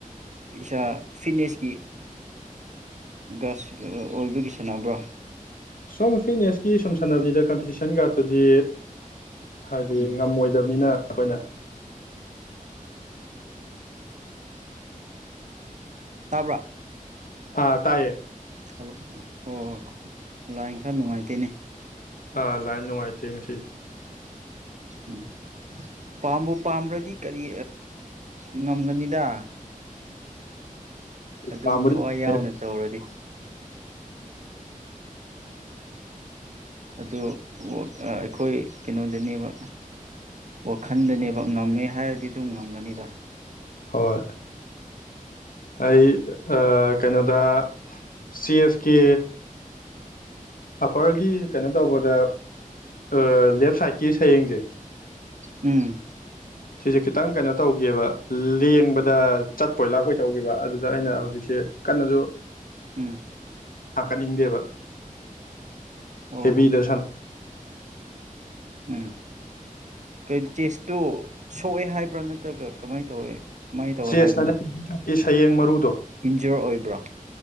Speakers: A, on the right; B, on the left.
A: ꯏꯁꯥ ꯐꯤꯠꯅꯦꯁꯀꯤ ꯒ ꯑꯣꯏꯕꯒꯤ ꯁꯥꯟꯅꯕ꯭ꯔꯥ
B: ꯁꯨꯝ ꯐꯤꯠꯅꯦꯁꯀꯤ ꯁꯨꯝ ꯁꯥꯟꯅꯕꯅꯤꯗ ꯀꯝꯄꯤꯇꯤꯁꯟ ꯉꯥꯛꯇꯗꯤ ꯍꯥꯏꯗꯤ
A: ꯎꯝ
B: ꯉꯝꯃꯣꯏꯗꯕꯅꯤꯅ ꯑꯩꯈꯣꯏꯅ
A: ꯇꯥꯕ꯭ꯔꯥ
B: ꯑꯥ ꯇꯥꯏꯌꯦ
A: ꯍꯜꯂꯣ ꯍꯣꯏ ꯍꯣꯏꯣꯏ ꯂꯥꯛ ꯈꯔ ꯅꯨꯡꯉꯥꯏꯇꯦꯅꯦ
B: ꯑꯥ ꯂꯥꯏ ꯅꯨꯡꯉꯥꯏꯇꯦ ꯉꯁꯤ
A: ꯎꯝ ꯄꯥꯝꯕ ꯄꯥꯝꯕ꯭ꯔꯗꯤ ꯀꯔꯤ ꯉꯝꯒꯅꯤꯗ ꯑꯗꯨꯝ
B: ꯄꯥꯝꯕꯨꯗꯤ
A: ꯊꯋꯥꯏ
B: ꯄꯥꯝꯃꯦ
A: ꯌꯥꯎꯅ ꯇꯧꯔꯗꯤ ꯑꯗꯨ ꯑꯩꯈꯣꯏ ꯀꯩꯅꯣꯗꯅꯦꯕ ꯋꯥꯈꯜꯗꯅꯦꯕ ꯉꯝꯃꯦ ꯍꯥꯏꯔꯗꯤ ꯑꯗꯨꯝ ꯉꯝꯒꯅꯤꯗ
B: ꯍꯣꯏ ꯑꯩ ꯀꯩꯅꯣꯗ ꯁꯤ ꯑꯦꯁ ꯀꯦ ꯑꯞꯄꯔꯒꯤ ꯀꯩꯅꯣ ꯇꯧꯕꯗ ꯑ ꯂꯦꯞ ꯁꯥꯏꯠꯀꯤ ꯁꯌꯦꯡꯁꯦ
A: ꯎꯝ
B: ꯁꯤꯁꯦ ꯈꯤꯇꯪ ꯀꯩꯅꯣ ꯇꯧꯒꯕ ꯂꯦꯡꯕꯗ ꯆꯠꯄꯣꯏ ꯂꯥꯛꯄꯣꯏ ꯇꯧꯈꯤꯕ ꯑꯗꯨꯗ ꯑꯩꯅ ꯍꯧꯖꯤꯛꯁꯦ ꯀꯟꯅꯁꯨ
A: ꯎꯝ
B: ꯅꯤꯡꯗꯦꯕ
A: ꯑꯣ
B: ꯍꯦꯕꯤ
A: ꯍꯣ
B: ꯏꯗꯁꯥꯟ
A: ꯎꯝ ꯀ ꯆꯦꯁꯇꯨ ꯁꯣꯛꯑꯦ ꯍꯥꯏꯕ꯭ꯔꯥ ꯅꯠꯇ꯭ꯔꯒ ꯀꯃꯥꯏꯅ ꯇꯧꯋꯦ ꯀꯃꯥꯏꯅ ꯇꯧꯋꯦ
B: ꯆꯦꯁꯅꯀꯤ
A: ꯍꯥꯏꯕꯅꯣ
B: ꯁꯌꯦꯡ ꯃꯔꯨꯗꯣ
A: ꯏꯟꯖꯣꯔ ꯑꯣꯏꯕ꯭ꯔꯥ